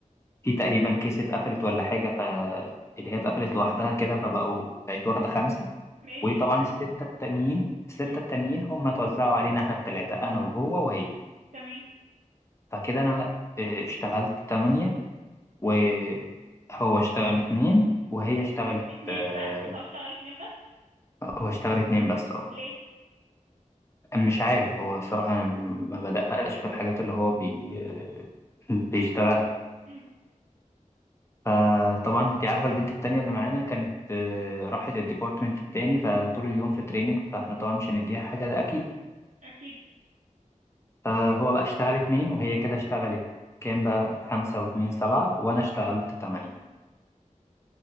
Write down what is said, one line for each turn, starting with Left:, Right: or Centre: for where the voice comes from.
Left: في تقريبا كيس اتقفلت ولا حاجة ف اللي هي اتقفلت لوحدها كده فبقوا بقت واخدة خمسة
Right: ماشي
Left: وطبعا الستة التانيين الستة
Right: مم.
Left: التانيين هم اتوزعوا علينا احنا التلاتة انا وهو وهي
Right: تمام
Left: فكده انا اه، اشتغلت تمانية وهو
Right: مم.
Left: اشتغل اتنين وهي اشتغلت
Right: اتنين
Left: آه،
Right: بس هو اشتغل اتنين بس
Left: هو اشتغل اتنين بس اه
Right: ليه
Left: مش عارف هو صراحة ما بدققش في الحاجات اللي هو بي... <laughs> بيشتغلها
Right: مم.
Left: فطبعا انت عارفة البنت التانية اللي معانا كانت آه، راحت الديبارتمنت التاني فطول اليوم في تريننج فاحنا طبعا مش هنديها حاجة ده أكيد
Right: أكيد
Left: فهو بقى اشتغل اتنين وهي كده اشتغلت كام بقى خمسة واتنين سبعة وأنا اشتغلت تمانية